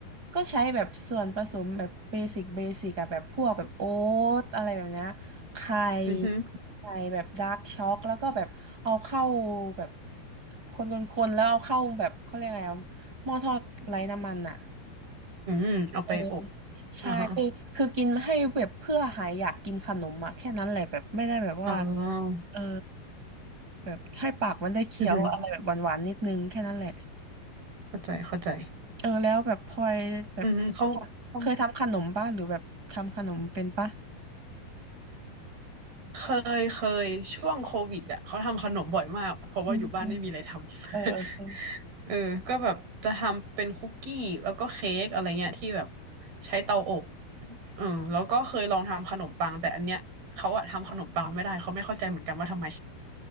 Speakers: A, on the right (about 25°); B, on the right (about 70°).
A: ก็ใช้แบบส่วนผสมแบบเบสิกเบสิกอะแบบพวกแบบโอ๊ตอะไรแบบเนี้ยไข่
B: อือหือ
A: ไข่แบบดาร์กช็อกแล้วก็แบบเอาเข้าแบบคนๆๆแล้วเอาเข้าแบบเขาเรียกอะไรอะหม้อทอดไร้น้ำมันอะ
B: อืมเอาไปอบ
A: เออใช่คือคือกินให้แบบเพื่อหายอยากกินขนมอะแค่นั้นแหละแบบไม่ได้แบบว่า
B: อ่าฮะอ๋อ
A: เออ แบบให้ปากมันได้เคี้ยวอะไรแบบหวานๆนิดนึงแค่นั้นแหละ
B: อือหือเข้าใจเข้าใจ
A: เออแล้วแบบพลอยแบบ
B: อือหือเขาเขา
A: เคยทำขนมป่ะหรือแบบทำขนมเป็นป่ะ
B: เคยเคยช่วงโควิดอ่ะเขาทำขนมบ่อยมากเพราะว่าอยู่บ้านไม่มีอะไรทำ
A: อืมเออเออเออ
B: <laughs> เออก็แบบจะทำเป็นคุกกี้แล้วก็เค้กอะไรเงี้ยที่แบบใช้เตาอบเออแล้วก็เคยลองทำขนมปังแต่อันเนี้ยเขาอะทำขนมปังไม่ได้เขาไม่เข้าใจเหมือนกันว่าทำไม